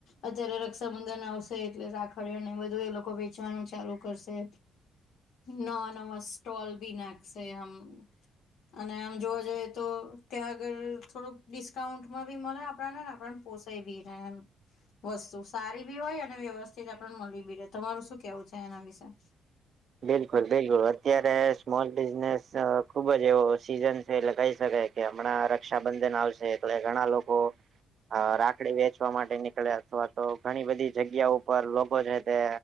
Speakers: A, on the left; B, on the right.
A: અત્યારે રક્ષાબંધન આવશે એટલે રાખડીઓ ને બધું એ લોકો વેચવાનું ચાલુ કરશે નવા નવા સ્ટોલ બી નાખશે આમ અને આમ જોવા જઈ તો ત્યાં આગળ થોડુંક ડિસ્કાઉન્ટમાં બી મળે આપણાને આપણ ને પોસાય બી રહે એમ વસ્તુ સારી બી હોય અને વ્યવસ્થિત આપને મળી બી રહે તમારું શું કેવું છે એના વિશે <inaudible>
B: એ જ બાંધેલું હોય અત્યારે સ્મોલ બિઝનેસ ખુબ જ એવો સીઝન છે એ કહી શકાય કે હમણાં રક્ષા રક્ષાબંધન આવશે એટલે ઘણા લોકો રાખડી વેચવા માટે નીકળે અથવા તો ઘણી બધી જગ્યા ઉપર લોકો છે તે